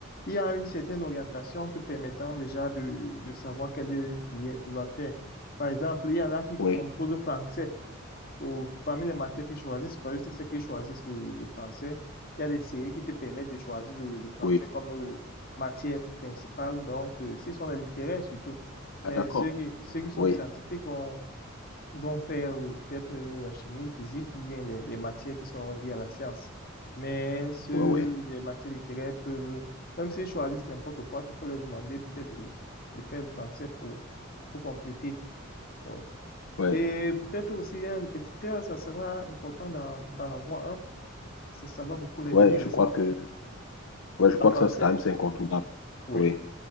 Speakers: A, on the left; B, on the left.
A: il y a une certaine orientation te permettant déjà de, de savoir quelle filière tu vas faire. Par exemple, il y en a qui
B: oui,
A: composent le français ou parmi les matières qu'ils choisissent, parce que c'est ceux qui choisissent le, le français. Il y a des séries qui te permettent de choisir le, le français
B: oui.
A: comme euh, matière principale. Donc, euh, ce sont les littéraires surtout.
B: Ah,
A: Mais
B: d'accord.
A: ceux qui, ceux qui sont
B: Oui,
A: scientifiques ils vont faire euh, peut-être euh, la chimie, physique ou bien les, les matières qui sont liées à la science. Mais ceux,
B: oui, oui,
A: les matières littéraires peuvent, même s'ils choisissent n'importe quoi, tu peux leur demander peut-être de, de faire le français pour, pour compléter. Ouais.
B: oui,
A: Et peut-être aussi un répétiteur, ça sera important d'en, d'en avoir un. Ça, ça va beaucoup les
B: oui,
A: aider
B: je
A: aussi.
B: crois que, ouais, je
A: En
B: crois
A: français,
B: que ça, c'est quand même, c'est incontournable.
A: oui.
B: Oui.